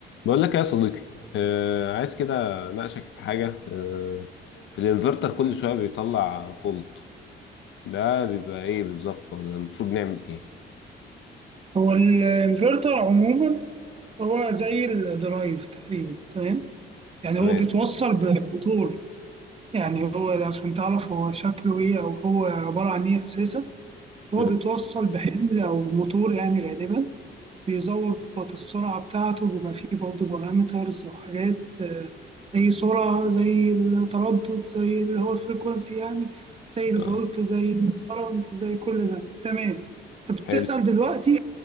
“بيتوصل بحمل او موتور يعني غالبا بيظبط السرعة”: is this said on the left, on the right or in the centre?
Right